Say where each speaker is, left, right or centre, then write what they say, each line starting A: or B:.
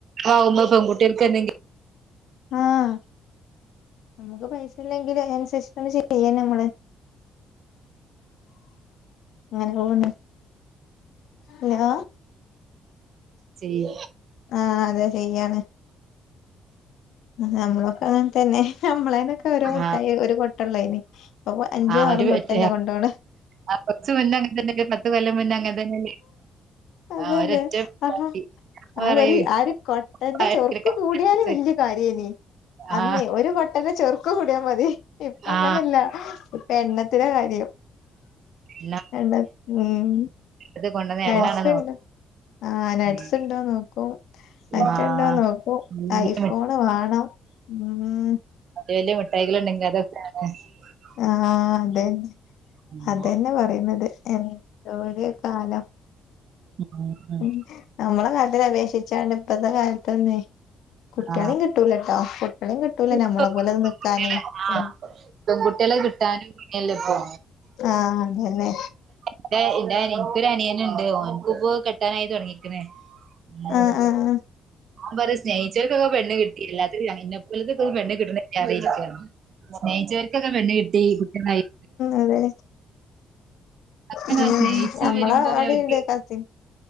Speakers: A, on the right; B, on the left.
A: ആഹ ഉമ്മ പെൺകുട്ടികൾക്ക് എന്തെങ്കിലും
B: ആഹ നമുക്ക് പൈസ ഇല്ലെങ്കിൽ അനുസരിച്ച ചെയ്യ നമ്മള് അങ്ങനെ പോണ് ഹലോ
A: ചെയ
B: ആഹ അതെ ചെയ്യാണ് നമ്മള അങ്ങന തന്നെ നമ്മളനൊക്കെ ഒരു മുട്ടായിഒരു
A: ആ
B: കൊട്ട കട്ട അയിന് അപ്പ അഞ്ചും
A: ആ
B: ആറും
A: ഒരു
B: കൊ
A: ഒറ്റ
B: ട്ടല്ലേ കൊണ്ടണ
A: ആ കൊറച്ചച മുന്നേ അങ്ങനെ തന്നെ പത്ത കൊല്ലം മുന്നേ അങ്ങനെ തന്നെ
B: അതന്നെ
A: ആ ഒരൊറ്റ പെൺകുട്ടി.
B: ആ
A: ഞാൻ
B: ആ
A: പറയും
B: ഒരു
A: ഇപ്പൊ
B: ആ ഒരു കൊട്ടറെ
A: ഭയങ്കര
B: ചൊറുക്ക്
A: കാലത്ത്
B: കൂടിയാലും വല് കാരിയേനി അന്നേ
A: ആ
B: ഒരു കൊട്ടന്റെ ചെറുക്ക് കൂടിയാ മതി ഇപ്പ അങ്ങനല്ല
A: ആ
B: പെണ്ണത്തി നാ കാര്യം
A: എന്നാ
B: എണ്ണ ഉമ്
A: ഇത് കൊണ്ടുവന്ന
B: നട്ട്സുണ്ടോ
A: എണ്ണാണ്
B: ആഹ്
A: നോക്കുന്നത്
B: നട്ട്സ് ഉണ്ടോ നോക്ക ക്കും മറ്റുണ്ടോന്ന്
A: ആ
B: നോക്കും
A: വലിയ
B: ഐഫോണ് വാണം ഉം
A: എലി മിഠായിളുണ്ടെങ്കി അത <unintelligible>
B: ആഹ് അതന്നെ
A: ഉം.
B: അതന്നെ പറയുന്നത് എന്തോര് കാലം
A: ഉം.
B: മ്മ് നമ്മളെ കാലത്തിലെ അപേക്ഷിച്ചാണ് ഇപ്പഴത്തെ കാലത്തന്നെ കുട്ടിആളീം
A: ആ
B: കിട്ടൂലട്ടോ കുട്ടികളെ കിട്ടൂലേ ഞമ്മളെ
A: ഇപ്പൊ
B: പോലെ നിൽക്കാനേ
A: കുട്ടികളെ ആ
B: മ്മ്
A: പെൺകുട്ടികളെ കിട്ടാനും ഇല്ലല്ലോ ഇപ്പൊ
B: ആഹ് അതന്നെ
A: ൻ്റെ എൻ്റനിയാനിക്കൊരു അനിയനുണ്ട് ഓൻക്ക്പ്പോ കെട്ടാനായി തൊടങ്ങിക്കണ് മ്മ്
B: ആഹ് ആഹ്
A: ഓമ്പറിയ സ്നേ ചോൽക്കക്കെ പെണ്ണ് കിട്ടില്ലാത്തൊരു ഇന്നെ പോലത്തൊക്കെ പെണ്ണെ കിട്ടന്നില്ലഅറഞ് ഇരിക്കാണ് സ്നേഹിച്ചവരക്കക്കെ പെണ്ണ് കിട്ടി കുട്ടിആളായി
B: അതെ
A: അങ്ങനെ
B: മ്മ്
A: സ്നേഹിച്ച്
B: നമ്മളെ
A: വരുമ്പോ പിന്നെ
B: അടി
A: അവർക്ക്
B: ണ്ട് കസിൻ